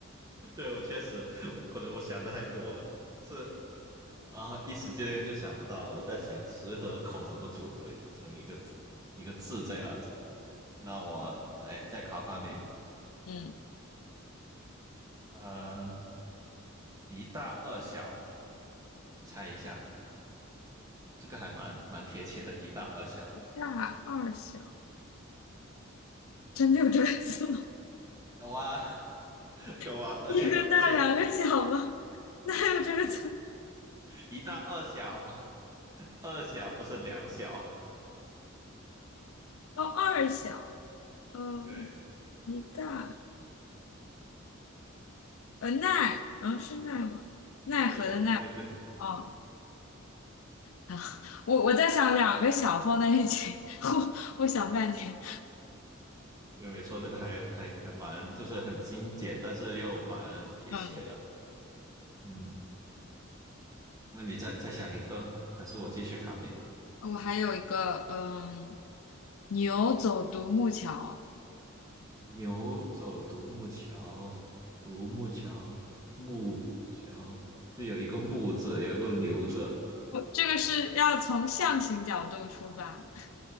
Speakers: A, on the right; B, on the left.
A: <laughs> 对我确实可能我想的太多了，就是啊，一时之间就想不到。我在想十和口怎么组合成一个字一个字这样子。那我再再考考你，
B: <laughs> 嗯，
A: 呃，一大二小，你猜一下，这个还蛮蛮贴切的，一大二小。
B: 大二小，真的有这个字吗？
A: 有啊，<laughs> 有啊，
B: <laughs>
A: 而且而且
B: 一个大，两个小吗？<laughs> 哪有这个字？
A: 一大二小，二小不是两小。
B: 哦，二小。嗯，
A: 对
B: 一大呃奈，嗯是奈吗？奈何的奈。
A: 对对对，
B: 哦，好，我我在想两个小放在一起，<laughs> 我我想半天。
A: 对，没错，这个还还还蛮就是很精简，但是又蛮贴切的。
B: 嗯，
A: 嗯，那你再再想一个，还是我继续考你？
B: 我还有一个，嗯，牛走独木桥，
A: 牛走独木桥，独木桥，木桥就有一个木字，有一个牛字。
B: 我这个是要从象形角度出发，